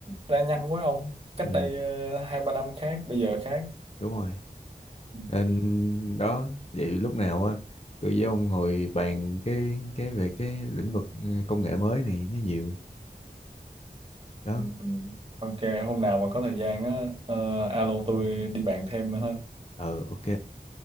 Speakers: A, on the right; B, on the left.
A: ra nhanh quá ông cách
B: ừ.
A: đây ờ, hai ba năm khác bây giờ khác
B: đúng rồi
A: ừ,
B: nên đó vậy lúc nào á tôi với ông ngồi bàn cái cái về cái lĩnh vực ừ, công nghệ mới này nó nhiều đó
A: ừ. ừ. ok hôm nào mà có thời gian á ờ, alo tôi đi bàn thêm nữa ha
B: ờ ok